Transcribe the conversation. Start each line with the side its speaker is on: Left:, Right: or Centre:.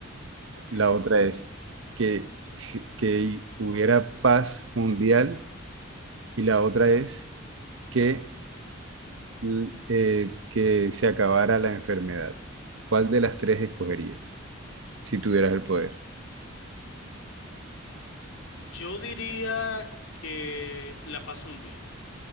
Left: Ok.
Right: La otra es que, que hubiera paz mundial y la otra es que, l- eh, que se acabara la enfermedad. ¿Cuál de las tres escogerías si tuvieras el poder?
Left: Yo diría que la paz mundial.